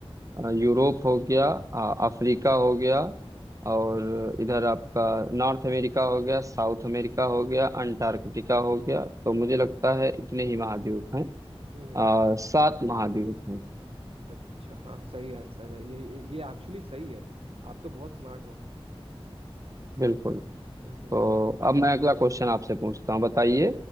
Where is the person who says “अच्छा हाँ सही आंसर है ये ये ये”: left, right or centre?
Right